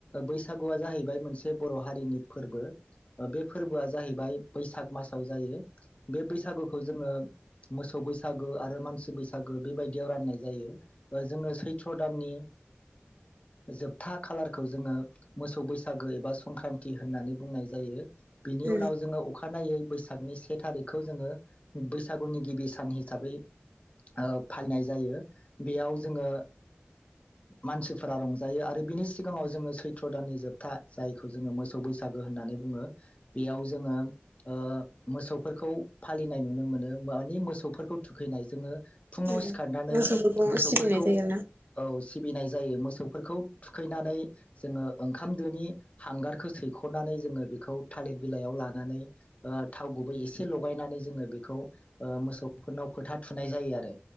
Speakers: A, on the left (about 30°); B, on the right (about 60°).
A: बैसागुआ जाहैबाय मोनसे बर' हारिनि फोरबो ओ बे फोरबोआ जाहैबाय बैसाग मासाव जायो बे बैसागुखौ जोङो मोसौ बैसागु आरो मानसि बैसागु बेबायदियाव राननाय जायो जोङो सैथ्र' दाननि जोबथा खालारखौ जोङो मोसौ बै बैसागो एबा संक्रान्ति होननानै बुंनाय जायो। बिनि
B: उम
A: उनाव जोङो अखानायै बैसागनि से थारिखखौ जोङो बैसागुनि गिबि सान हिसाबै ओ फालिनाय जायो बेयाव जोङो मानसिफोरा रंजायो आरो बिनि सिगाङाव जोङो सैथ्र' दाननि जोब था जायखौ जोङो मोसौ बैसागो होननानै बुङो बेयाव जोङो ओ मोसौफोरखौ फालिनाय नुनो मोनो मानि मोसौफोरखौ थुखैनाय जोङो फुङाव
B: उम
A: सिखारनानै
B: मोसौफोरखौ
A: मोसौफोरखौ
B: सिबिनाय जायो आरोना
A: औ सिबिनाय जायो मोसौ फोरखौ थुखैनानै जोङो ओं ओंखाम दोनि हांगारखौ सैख'नानै जोङो बेखौ थालिर बिलाइयाव लानानै ओ थाव गुबै एसे लगायनानै जोङो बेखौ ओ मोसौफोरनाव फोथा थुनाय जायो आरो